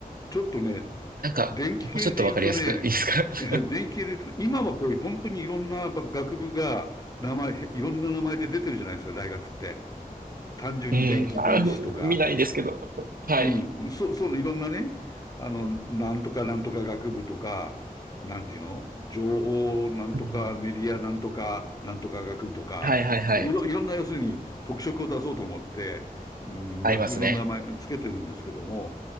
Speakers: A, on the left; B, on the right.
A: ちょっとね、
B: なんか、
A: 電気系で言うとね、
B: もうちょっとわかりやすくいいですか
A: <laughs> 電気系で言うと、
B: <laughs>
A: 今はこういう本当にいろんなば学部が名前、いろんな名前で出てるじゃないですか、大学って。単純に電気、
B: うん。あ、
A: 電子とか。
B: 見ないですけど。はい。
A: うん、そ、そのいろんなね、あの、なんとかなんとか学部とか、なんていうの情報なんとかメディアなんとかなんとか学部とか、
B: うんうん。はいはいはい。
A: いろ、いろんな要するに特色を出そうと思って、うん、
B: 合いますね。
A: 学部の名前つけてるんですけども、